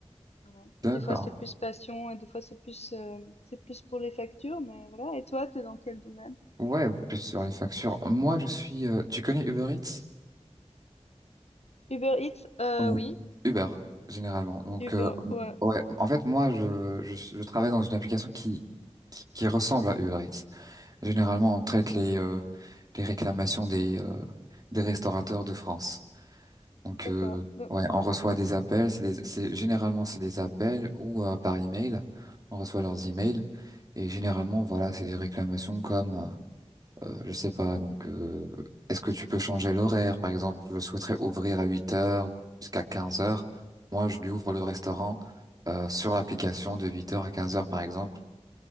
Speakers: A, on the left (about 70°); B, on the right (about 35°).
A: voilà.
B: d'accord.
A: Des fois c'est plus passion et des fois c'est plus euh, c'est plus pour les factures, mais voilà. Et toi, t'es dans quel domaine?
B: Ouais, plus sur les factures. Moi, je suis. euh, tu connais Uber Eats?
A: Uber Eats, euh,
B: Comment?
A: oui.
B: Uber, généralement. Donc,
A: Uber,
B: euh,
A: ouais.
B: ouais. En fait, moi, je, je, je travaille dans une application qui, qui, qui ressemble à Uber Eats. Généralement, on traite
A: D'accord.
B: les, euh, les réclamations des, euh, des restaurateurs de France. Donc,
A: D'accord.
B: euh,
A: Donc-
B: ouais, on reçoit des appels. C'est des, c'est, généralement, c'est des appels ou euh, par email. On reçoit leurs emails. Et généralement, voilà, c'est des réclamations comme. euh, Euh, je sais pas, donc euh, est-ce que tu peux changer l'horaire? Par exemple, je souhaiterais ouvrir à 8 heures jusqu'à 15 heures. Moi, je lui ouvre le restaurant euh, sur l'application de 8 heures à 15 heures, par exemple,